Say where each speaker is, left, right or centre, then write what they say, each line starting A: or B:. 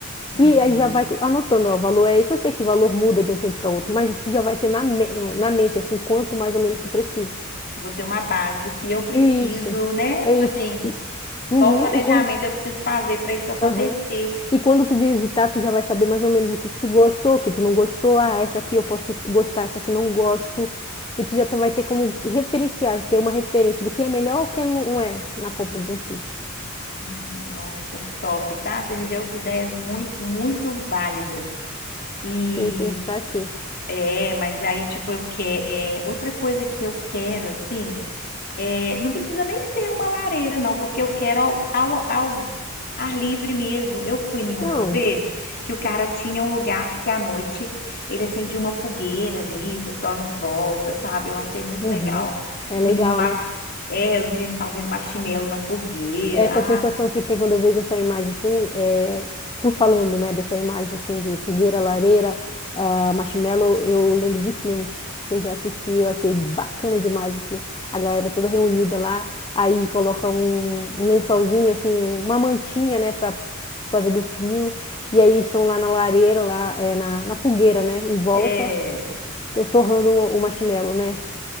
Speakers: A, on the left; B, on the left.
A: uhum.
B: E aí já vai anotando, ó, o valor é esse, eu sei que o valor muda de um tempo para outro, mas tu já vai ter na, me- eh, na mente, assim, quanto mais ou menos tu precisa.
A: Vou ter uma base do que eu preciso,
B: Isso.
A: né?
B: E,
A: Tipo assim,
B: e, uhum.
A: qual o planejamento
B: E quando
A: eu preciso fazer para isso acontecer?
B: Aham. E quando tu visitar, tu já vai saber mais ou menos o que que tu gostou, o que tu não gostou. Ah, essa aqui eu posso s- gostar, essa aqui não gosto. E tu já tá- vai ter como referenciar, ter uma referência do que é melhor ou o que não é na compra de um sítio.
A: Ai, nossa, top, tá? Você me deu ideias muito, muito válidas. e
B: Porque se a gente tá aqui.
A: É, mas aí, tipo, eu quero. é, outra coisa que eu quero, assim, é, não precisa nem ser uma lareira, não, porque eu quero ao, ao, ao ar livre mesmo. Eu fui nenhuma
B: Não.
A: vez que o cara tinha um lugar que à noite ele acendia uma fogueira ali, o pessoal em volta, sabe? Eu achei muito
B: Uhum.
A: legal.
B: É
A: Os
B: legal,
A: meninos lá,
B: né?
A: é, os meninos fazendo marshmallow na fogueira.
B: essa
A: Ah,
B: sensação que tem quando eu vejo essa imagem assim, é, tu falando, né, dessa imagem assim de fogueira, lareira, ah, marshmallow, eu lembro de filmes que eu já assisti, eu achei bacana demais assim, a galera toda reunida lá, aí coloca um, um lençolzinho assim, uma mantinha, né, para por causa do frio, e aí eles estão lá na lareira, lá é, na, na fogueira, né, em volta,
A: é.
B: to- torrando o, o marshmallow, né?